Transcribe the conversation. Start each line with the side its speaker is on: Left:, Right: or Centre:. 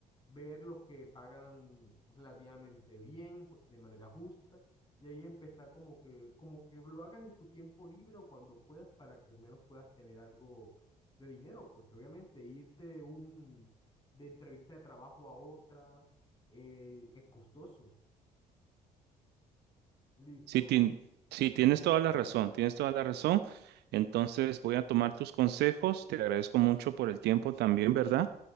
Left: ver los que pagan relativamente bien, de manera justa y ahí empezar como que, como que lo hagas en tu tiempo libre o cuando puedas para que al menos puedas tener algo de dinero, porque obviamente irte un, de entrevista de trabajo a otra eh, es costoso. Listo.
Right: Sí, tien- sí, tienes toda la razón, tienes toda la razón. Entonces voy a tomar tus consejos. Te agradezco mucho por el tiempo también, ¿verdad?